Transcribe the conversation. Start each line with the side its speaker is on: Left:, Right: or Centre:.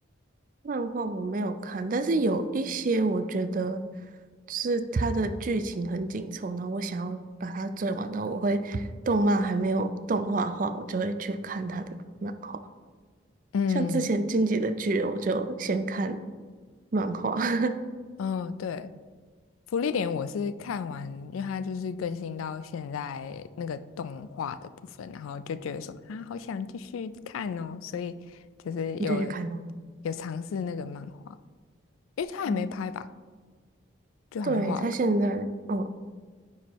Right: 漫画我没有看，但是有一些我觉得是它的剧情很紧凑，然后我想要把它追完的话，我会动漫还没有动画化，我就会去看它的漫画。
Left: 嗯，
Right: 像之前《进击的巨人》，我就先看漫画，<laughs>
Left: 哦，对。福利点我是看完，因为它就是更新到现在那个动画的部分，然后就觉得说啊，好想继续看哦，所以就是有
Right: 你就去看吗？
Left: 有尝试那个漫画，因为它还没拍吧，
Right: 哦，
Left: 就还没画完。
Right: 对，他现在，哦